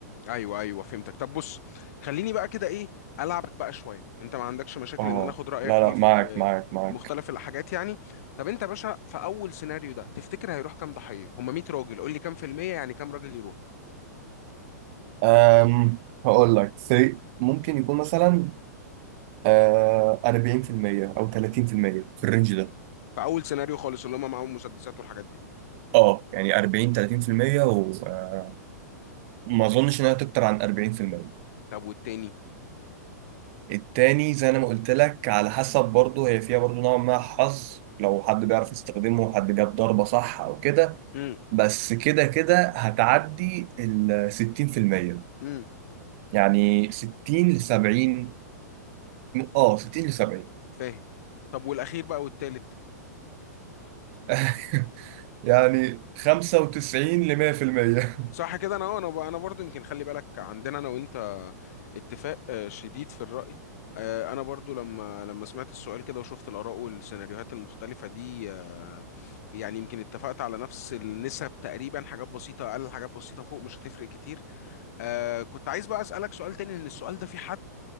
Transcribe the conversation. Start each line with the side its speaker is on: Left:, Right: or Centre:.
Left: ايوه ايوه فهمتك طب بص خليني بقى كده ايه العبك بقى شويه انت ما عندكش مشاكل
Right: اه
Left: ان انا اخد رايك
Right: لا
Left: ايه
Right: لا
Left: في
Right: معاك معاك معاك
Left: في مختلف الحاجات يعني طب انت يا باشا في اول سيناريو ده تفتكر هيروح كام ضحيه هم 100 راجل قول لي كام في الميه يعني كام راجل يروح
Right: أم هقول لك سي ممكن يكون مثلا آه، 40% او 30% في المية في الرينج ده
Left: في اول سيناريو خالص اللي هم معاهم مسدسات والحاجات دي
Right: اه يعني 40 30% وما اظنش انها تكتر عن 40%
Left: طب والتاني
Right: التاني زي انا ما قلت لك على حسب برضه هي فيها برضه نوع ما حظ لو حد بيعرف يستخدمه وحد جاب ضربة صح او كده
Left: امم
Right: بس كده كده هتعدي ال 60%
Left: امم
Right: يعني 60 ل 70 اه 60 ل 70
Left: فاهم طب والاخير بقى والتالت
Right: <laughs> يعني 95 ل 100%
Left: صح كده انا اه انا ب- انا برضو يمكن خلي بالك عندنا انا وانت اتفاق آه، شديد في الرأي آه، انا برضو لما لما سمعت السؤال كده وشفت الاراء والسيناريوهات المختلفة دي آه، يعني يمكن اتفقت على نفس النسب تقريبا حاجات بسيطة اقل حاجات بسيطة فوق مش هتفرق كتير آه، كنت عايز بقى اسالك سؤال تاني لان السؤال ده في حد